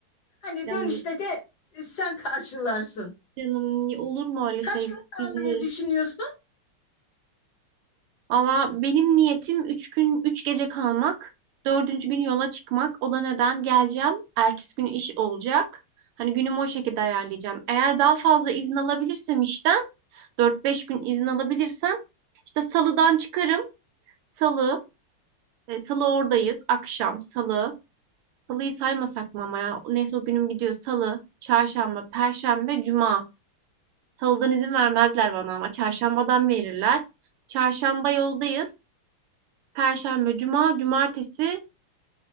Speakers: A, on the left; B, on the right.
A: Hani
B: canım
A: dönüşte de e, sen karşılarsın.
B: canım olur mu öyle
A: Kaç
B: şey?
A: gün kalmayı
B: Biz varız.
A: düşünüyorsun?
B: Valla benim niyetim üç gün, üç gece kalmak. Dördüncü gün yola çıkmak. O da neden geleceğim? Ertesi gün iş olacak. Hani günümü o şekilde ayarlayacağım. Eğer daha fazla izin alabilirsem işten, dört beş gün izin alabilirsem, işte salıdan çıkarım. Salı, e, salı oradayız. Akşam, salı. Salıyı saymasak mı ama ya? Neyse o günüm gidiyor. Salı, çarşamba, perşembe, cuma. Salıdan izin vermezler bana ama çarşambadan verirler. Çarşamba yoldayız. Perşembe, cuma, cumartesi.